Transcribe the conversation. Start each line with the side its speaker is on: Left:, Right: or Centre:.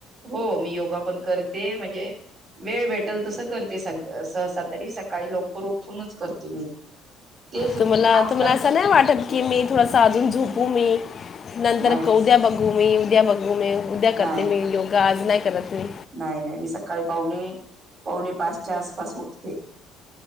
Right: हो मी योगा पण करते. म्हणजे वेळ भेटल तसं करते सग सहसा तरी सकाळी लवकर उठूनच करते मी. तेच
Left: तुम्हाला
Right: आजकाल
Left: तुम्हाला असं
Right: तर
Left: नाही वाटत की मी थोडस अजून झोपू मी? नंतर
Right: नाही
Left: उद्या बघू मी उद्या बघू मी उद्या
Right: नाही
Left: करते मी योगा आज नाही करत मी.
Right: नाही नाही मी सकाळी पावणे पावणे पाचच्या आसपास उठते.